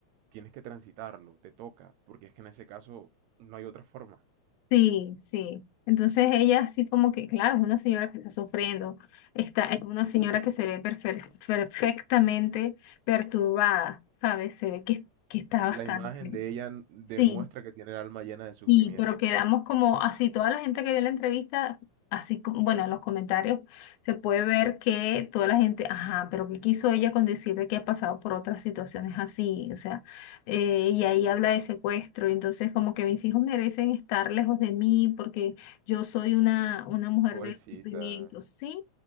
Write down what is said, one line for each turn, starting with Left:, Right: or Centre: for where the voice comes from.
Right: tienes que transitarlo, te toca, porque es que en ese caso no hay otra forma.
Left: Sí, sí. Entonces ella así como que, claro, es una señora que está sufriendo, está, es una señora que se ve perfe- perfectamente perturbada, ¿sabes? Se ve que, que está bastante.
Right: La imagen de ella n- demuestra
Left: Sí,
Right: que tiene el alma llena de sufrimiento.
Left: y pero quedamos como así, toda la gente que vio la entrevista, así como, bueno, en los comentarios se puede ver que toda la gente, ajá, pero ¿qué quiso ella con decir de que ha pasado por otras situaciones así? O sea, eh, y ahí habla de secuestro, y entonces como que mis hijos merecen estar lejos de mí porque yo soy una, una mujer
Right: Pobrecita.
Left: de sufrimiento. Sí,